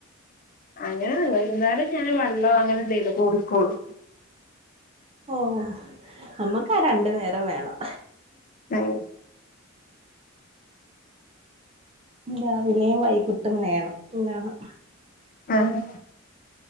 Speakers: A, on the left (about 40°); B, on the right (about 30°).
A: അങ്ങനെ വൈകുന്നേരം ഞാൻ വെള്ളോ അങ്ങനെ എന്തങ്കിലൊക്കെ കുടിക്കോള്ളൂ
B: ഓ നമ്മക്ക രണ്ടു നേരം വേണം
A: <inaudible>
B: രാവിലെയും വൈകിട്ടും വേണം <inaudible>
A: ആഹ്